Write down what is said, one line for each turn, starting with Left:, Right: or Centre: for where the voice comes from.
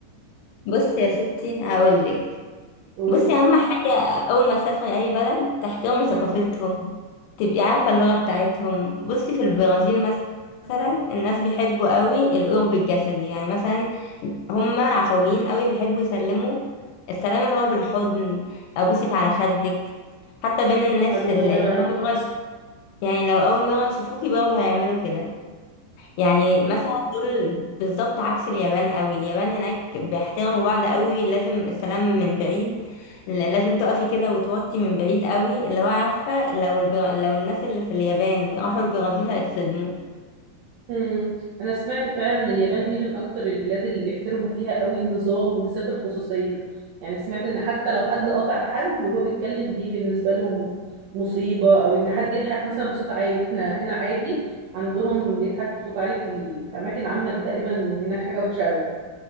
Left: بصي يا ستي هقولك
Right: <laughs> قولي
Left: بصي اهم حاجه اول ما تسافري اي بلد تحترمي
Right: مم.
Left: ثقافتهم تبقي عارفه اللغه بتاعتهم بصي في البرازيل مثلا الناس بيحبوا قوي القرب الجسدي يعني مثلا هم عفويين قوي بيحبوا يسلموا السلام اللي هو بالحضن ابوسك على خدك حتى بين
Right: طب دي
Left: الناس
Right: معلومة
Left: اللي
Right: مرة
Left: اللي
Right: اعرفها
Left: اول مره يشوف- يعني لو اول مره يشوفوكي برضه هيعملوا كده يعني مثلا دول بالظبط عكس اليابان قوي اليابان هناك بيحترموا بعض قوي لازم السلام من بعيد ل- لازم تقفي كده وتوطي من بعيد قوي اللي هو عارفة لو البرا... لو الناس اللي في اليابان راحوا البرازيل هيتصدموا
Right: مم. انا سمعت فعلا ان اليابان دي من اكتر البلاد اللي بيحترموا فيها قوي النظام وبالذات الخصوصية يعني سمعت ان حتى لو حد قطع حد وهو بيتكلم دي بالنسبة لهم مصيبة او ان حد يضحك مثلا بصوت عالي احنا هنا عادي عندهم اللي يضحك بصوت عالي في, ال... في اماكن عامة دي تقريبا هناك حاجة وحشة قوي